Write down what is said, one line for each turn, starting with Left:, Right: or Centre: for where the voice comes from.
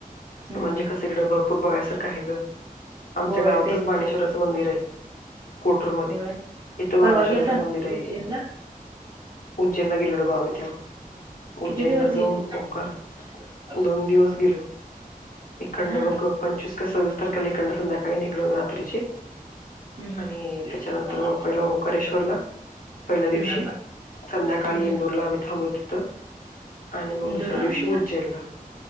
Right: हम्म
Left: म्हणजे
Right: हम्म
Left: कस तिकड भरपूर बघायसारखं आहे ग आमच्या
Right: होय
Left: गावातच
Right: तेच की
Left: बाणेश्वराचं मंदिर आहे. कोटर मध
Right: होय
Left: इथं बानेणेश्वराचं
Right: परवा गेलता ना
Left: मंदिर
Right: तुम्ही
Left: आहे.
Right: उज्जैनला
Left: उ्ैनला गेलो आमहीव्हा उज्जैनला
Right: किती दिवस
Left: जाऊन
Right: गेले?
Left: ओंकार
Right: हा
Left: दोन दिवस गेलो. इ कड
Right: हम्म
Left: बघू पंचवीस् का सविस्तर कलीखड संध्याकाळी निघलोग रात्रीचे.
Right: हम्म.
Left: आणि त्याच्यानंतर
Right: हम्म
Left: मग पहिला ओंकारेश्वरला. पहिल्या दिवशी
Right: हम्म
Left: संध्याकाळी
Right: हम्म
Left: इंदूरला आम्ही थांबलत तिथं. आणि मग
Right: इंदोरला
Left: दुसऱ्या दिवशी
Right: थांबला?
Left: उज्जैरला.